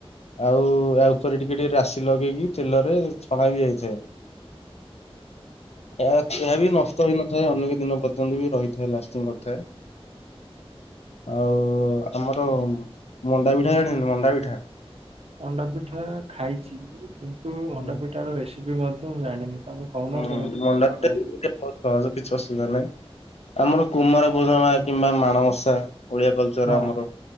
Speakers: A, on the left; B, on the right.
A: ଆଉ ଇଆ ଉପରେ ଟିକେ ଟିକେ ରାଶି ଲଗେଇକି ତେଲରେ ଛଣା ବି ଯାଇଥାଏ। ଏହା <unintelligible>
B: ଆଚ୍ଛା
A: ବି ନଷ୍ଟ ହେଇନଥାଏ ଅନେ ଦିନ ପର୍ଯ୍ୟନ୍ତ ବି ରହିଥାଏ, ଲାଷ୍ଟିଂ କରିଥାଏ। ଆଉ ଆମର ମଣ୍ଡା ପିଠା ଜାଣିଛନ୍ତି? ମଣ୍ଡା ପିଠା।
B: ମଣ୍ଡାପିଠା ଖାଇଛି କିନ୍ତୁ, ମଣ୍ଡାପିଠା
A: ହୁଁ
B: ର ରେସିପି ମଧ୍ୟ ମୁଁ ଜାଣିନି। ତମେ କହୁନ,
A: ହୁଁ
B: କେମିତି
A: ମଣ୍ଡା
B: କଣ ବନା
A: ପିଠା ବି
B: ହୁଏ।
A: ବହୁତ ସହଜ କିଛି ଅସୁବିଧା ନାହିଁ, ଆମର କୁମାର ପୂର୍ଣ୍ଣିମା କିମ୍ବା ମାଣବସା ଓଡ଼ିଆ କଲ୍ ଚର୍
B: ହଁ
A: ଆମର